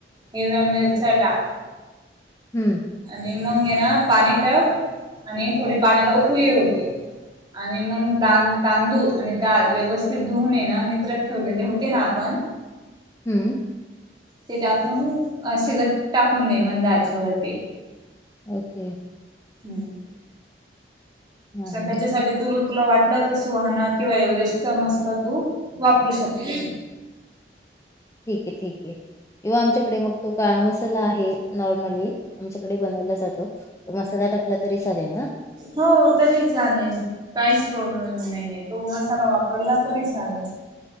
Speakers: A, on the right (about 25°); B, on the left (about 15°).
A: हिवळ्या मिरच्या टाक.
B: हम्म
A: मगे ना पाणी टाक आणि थोडी पाण्याला उकळी येवू दे. आणि मग द तांदूळ आणि डाळ व्यवस्थित धुवून येण ना नित्रत ठेवलेले होते ना आपण
B: हम्म.
A: ते टाकून शिजत टाकून दे मंदा आचे वरती.
B: ओके.
A: हम्म.
B: हां हां
A: त्याच्यासाठी तुलू तुला वाटलं तर सुहाणा किंवा एव्हरेस्टचा मसाला तू वापरू शकते.
B: ठीक आहे, ठीक आहे किंवा आमच्या इकडे मगं तो काळा मसाला आहे नॉर्मली आमच्याकडे बनवला जातो मसाला टाकला तरी चालेल ना?
A: हो तरी चालेल काहीच प्रॉब्लेम नाहीय तो मसाला वापरला तरी चालेल.